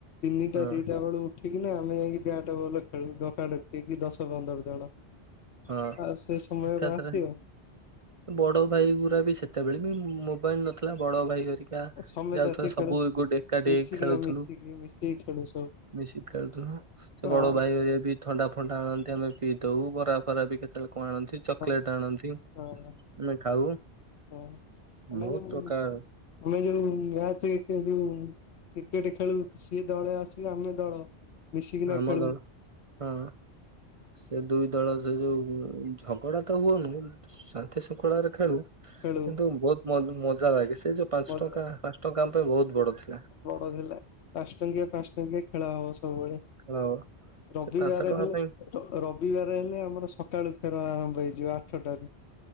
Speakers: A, on the left; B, on the right.
A: ତିନିଟା
B: ହଁ
A: ଦିଟା ବେଳୁ ଉଠିକିନା ଆମେ ଯାଇକି ବ୍ୟାଟ ବଲ୍ ଖେଳୁ ଡକାଡକି ହେଇକି ଦଶ ପନ୍ଦର ଜଣ।
B: ହଁ
A: ଆଉ ସେ ସମୟ
B: ଏକାଥରେ।
A: କଣ ଆସିବ?
B: ବଡ ଭାଇ ଗୁରା ବି ସେତେବେଳେ ବି ମୋବାଇଲ ନଥିଲା ବଡ ଭାଇ ଘରୀ ଯା
A: ସମେତ
B: ଯାଉଥିବା
A: ଆସିକି
B: ସବୁ
A: ଖେଳୁ।
B: ଗୋ ଏକାଠି
A: ମିଶିକି
B: ହେଇ ଖେଳୁଥିଲୁ।
A: ନା ମିଶିକି ମିଶିକି ଖେଳୁ ସବୁ
B: ମିଶିକି ଖେଳୁଥିଲୁ ସେ
A: ହଁ
B: ବଡ ଭାଇ ଘରୀକା ବି। ଥଣ୍ଡା ଫଣ୍ଡା ଆଣନ୍ତି ଆମେ ପିଇଦଉ। ବରା ଫରା ବି କେତେବେଳେ କଣ ଆଣନ୍ତି। ଚକଲେଟ୍
A: ହଁ
B: ଆଣନ୍ତି ଆମେ
A: ହଁ।
B: ଖାଉ
A: ହଁ ଆମେ
B: ବହୁତ
A: ଯୋଉ
B: ପ୍ରକାର।
A: ଆମେ ଜୋଉ ମ୍ୟାଚ ସେ ଜୋଉ। କ୍ରିକେଟ ଖେଳୁ ସିଏ ଦଳେ ଆସିବେ ଆମେ ଦଳ ମିଶିକିନା
B: ଆମ
A: ଖେଳୁ।
B: ଦଳ ହଁ। ସେ ଦୁଇ ଦଳ ସେ ଯୋଉ ଝଗଡା ତ ହୁଅନି ଶାନ୍ତି ଶୃଙ୍ଖଳାରେ ଖେଳୁ।
A: ଖେଳୁ
B: କିନ୍ତୁ ବହୁତ ମ ମଜା ଲାଗେ ସେ ଯୋଉ ପାଞ୍ଚ
A: ମଜା
B: ଟଙ୍କା ପାଞ୍ଚ ଟଙ୍କା ଆମ ପାଇଁ ବହୁତ ବଡ ଥିଲା।
A: ବଡ ଥିଲା ପାଞ୍ଚ ଟଙ୍କିଆ ପାଞ୍ଚ ଟଙ୍କିଆ ଖେଳ ହବ ସବୁବେଳେ।
B: ଖେଳ।
A: ରବିବାରେ
B: ସେ ପାଞ୍ଚ ଟଙ୍କା
A: ହେଲେ
B: ପାଇଁ
A: ର ରବିବାର ହେଲେ ଆମର ସକାଳୁ ଖେର ଆରମ୍ଭ ହେଇଯିବ ଆଠଟାରୁ।